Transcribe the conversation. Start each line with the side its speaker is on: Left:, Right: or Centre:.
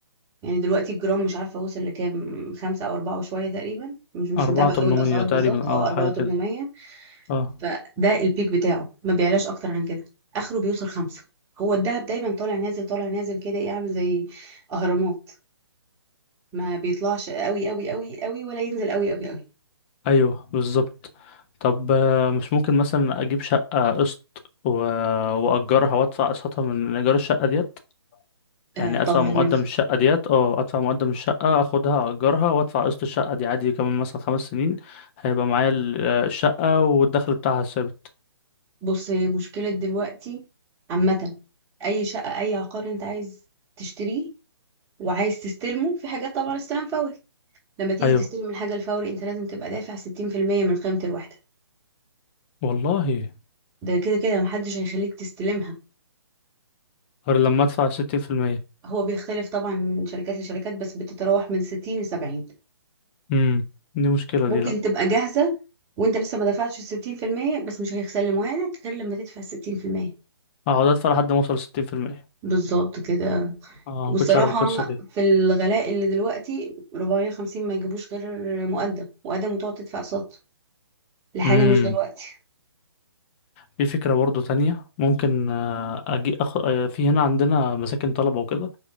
Right: يعني دلوقتي الجرام مش عارفه وصل لكام خمسة او اربعة وشويه تقريبا مش مش
Left: أربعة
Right: متابعه
Left: تمنمية
Right: قوي الاسعار
Left: تقريبا
Right: بالظبط اه
Left: اه
Right: اربعة
Left: حاجة
Right: وتمنمية
Left: كده اه
Right: فده البيك بتاعه ما بيعلاش اكتر عن كده اخره بيوصل خمسة هو الذهب دايما طالع نازل طالع نازل كده ايه عامل زي اهرامات ما بيطلعش قوي قوي قوي قوي ولا ينزل قوي قوي قوي
Left: ايوه بالظبط طب آه، مش ممكن مثلا اجيب شقة قسط و... واجرها وادفع قسطها من ايجار الشقة ديت
Right: آه
Left: يعني ادفع
Right: طبعا
Left: مقدم
Right: ينفع
Left: الشقه ديت اه ادفع مقدم الشقه اخدها اجرها وادفع قسط الشقه دي عادي كمان مثلا خمس سنين هيبقى معايا ال- آه، الشقه والدخل بتاعها ثابت
Right: بص هي مشكلة دلوقتي عامة أي شقة أي عقار أنت عايز تشتريه وعايز تستلمه في حاجات طبعا استلام فوري لما تيجي
Left: ايوه
Right: تستلم الحاجة الفوري أنت لازم تبقى دافع 60% من قيمة الوحدة
Left: والله
Right: ده كده كده محدش هيخليك تستلمها
Left: غير لما ادفع ستين في المية
Right: هو بيختلف طبعا من شركات لشركات بس بتتراوح من 60 ل 70
Left: امم دي مشكله
Right: ممكن
Left: دي لا
Right: تبقى جاهزة وأنت لسه ما دفعتش الستين في المية بس مش هيسلموها لك غير لما تدفع الستين في المية
Left: اقعد ادفع لحد ما اوصل ستين في المية
Right: بالظبط كده
Left: اه
Right: والصراحة
Left: ما كنتش عارف القصه دي
Right: في الغلاء اللي دلوقتي 450 ما يجيبوش غير مقدم مقدم وتقعد تدفع اقساط لحاجة
Left: امم
Right: مش دلوقتي
Left: في فكره برضو تانية ممكن آه، اجي أخ... آه، في هنا عندنا مساكن طلبه وكده